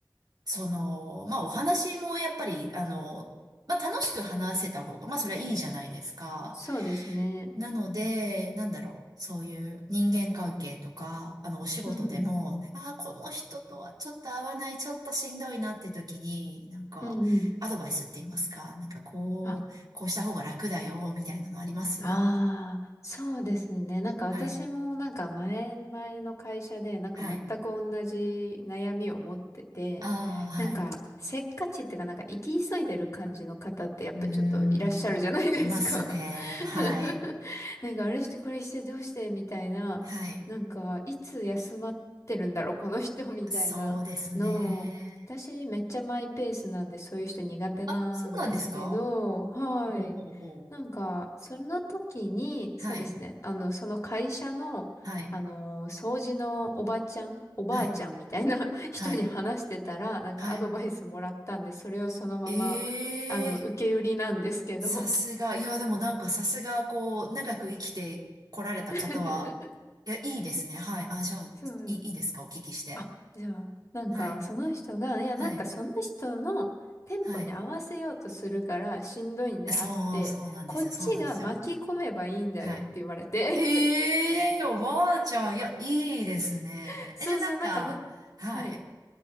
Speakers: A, on the right; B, on the left.
A: その、まあお話もやっぱり、あの、まあ楽しく話せた方が、まあそれはいいじゃないですか。
B: そうですね。
A: なので、なんだろう、そういう人間関係とか、あの、お仕事でも、
B: うん、うん、
A: ああ、この人とはちょっと合わない、ちょっとしんどいなって時に、なんか、
B: うん、うん。
A: アドバイスって言いますか、なんかこう、
B: あ、
A: こうした方が楽だよ、みたいなのあります
B: ああ、そうですね。なんか私もなんか前々の会社でなんか全く同じ悩みを持ってて、
A: はい。はい。ああ、はい。
B: なんかせっかちっていうかなんか生き急いでる感じの方ってやっぱちょっといらっしゃるじゃないですか。
A: うーん、いますね。
B: <laughs>
A: はい。
B: なんかあれしてこれしてどうしてみたいな、
A: はい。
B: なんかいつ休まってるんだろうこの人みたいなのを、
A: そうですね。
B: 私めっちゃマイペースなんでそういう人苦手なんですけど、
A: あ、そうなんですか
B: はい。
A: ほうほうほう。
B: なんか、その時に、
A: はい。
B: そうですね、あの、その会社の、
A: はい。
B: あの、掃除のおばちゃん、おばあちゃんみたいな
A: はい。
B: <laughs> 人に話してたら、
A: はい。
B: なんかアドバイスもらったんで、
A: はい。
B: それをそのまま、
A: ええ
B: あの、受け売りなんですけど。
A: さすが。いや、でもなんかさすが、こう、長く生きてこられた方は、
B: <laughs>
A: いや、いいですね。はい。あ、じゃあ、
B: そうです。
A: いい、いいですかお聞きして。
B: あ、じゃあ、なんか、
A: はい。
B: その人が、いや、
A: はい。
B: なんかその人のテンポに合わせようとするからしんどいんであって、
A: はい。えそう、そうなんですよ。
B: こっちが巻き込めばいいんだよって言われて。
A: そうなんですよ。はい。へえ、おばあちゃん。いや、いいですね。
B: <laughs> そうそう、
A: え、じゃあなんか、
B: なんかむ、
A: はい。
B: はい。